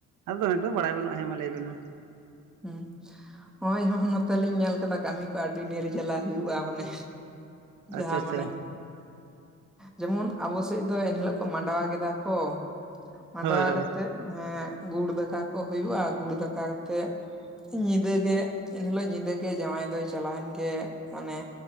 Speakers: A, on the right (about 80°); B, in the centre.
A: ᱟᱫᱚ ᱮᱠᱚᱫᱚᱢ ᱵᱟᱲᱟᱭ ᱵᱟᱹᱱᱩᱜᱼᱟ ᱦᱮᱸ ᱢᱟ ᱞᱮᱭᱵᱮᱱ ᱢᱟ᱾
B: <unintelligible> ᱱᱚᱜᱼᱚᱭ ᱱᱚᱛᱮᱞᱤᱧ ᱧᱮᱞ ᱠᱟᱫᱟ ᱠᱟᱹᱢᱤ ᱠᱚ ᱟᱹᱰᱤ ᱱᱤᱨᱡᱟᱞᱟ ᱦᱩᱭᱩᱜᱼᱟ ᱢᱟᱱᱮ ᱡᱟᱦᱟᱸ
A: ᱟᱪᱪᱷᱟ ᱟᱪᱪᱷᱟ
B: ᱢᱟᱱᱮ ᱡᱮᱢᱚᱱ ᱟᱵᱚ ᱥᱮᱡ ᱫᱚ ᱮᱱᱦᱤᱞᱳᱜ ᱠᱚ ᱢᱟᱸᱰᱣᱟ ᱠᱮᱫᱟ ᱠᱚ, ᱢᱟᱸᱰᱣᱟ
A: ᱦᱳᱭ ᱦᱳᱭ
B: ᱠᱟᱛᱮᱜ ᱦᱮᱸ ᱜᱩᱲ ᱫᱟᱠᱟ ᱠᱚ ᱦᱩᱭᱩᱜᱼᱟ ᱜᱩᱲ ᱫᱟᱠᱟ ᱠᱟᱛᱮᱜ ᱧᱤᱫᱟᱹ ᱜᱮ, ᱮᱱᱦᱤᱞᱳᱜ ᱧᱤᱫᱟᱹ ᱜᱮ ᱡᱟᱶᱟᱭ ᱫᱚᱭ ᱪᱟᱞᱟᱣᱮᱱ ᱜᱮ ᱢᱟᱱᱮ